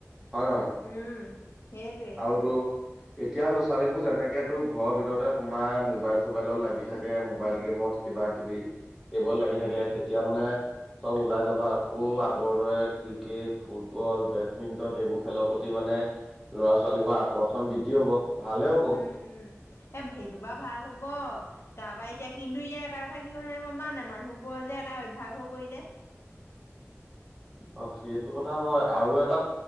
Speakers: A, in the centre; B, on the left.
A: হয় নহয়
B: উম সেইটোৱে
A: আৰুতো এতিয়া ল'ৰা ছোৱালীবোৰ যেনেকে তোৰ ঘৰৰ ভিতৰতে সোমাই মোবাইল চোবাইলত লাগি থাকে মোবাইল গেমত কিবা কিবি। এইবোৰ লাগি
B: উম
A: থাকে তেতিয়া মানে চব ওলাই যাব আকৌ আগৰ দৰে ক্ৰিকেট ফুটবল বেডমিন্টন এইবোৰ খেলৰ প্ৰতি মানে ল'ৰা ছোৱালীবোৰ আকৰ্ষণ বৃদ্ধি হ'ব ভালে হ'ব।
B: উম উম, এ সেইটো বাৰু ভাল হ'ব তাৰপা এতিয়া কিন্তু ইয়াৰ এটা কথা কি হয়ে গম পাওঁ নে মানুহবোৰৰ যে এটা অভ্যাস হৈ পৰিলে।
A: অ', সেইটো কথা হয় আৰু এটা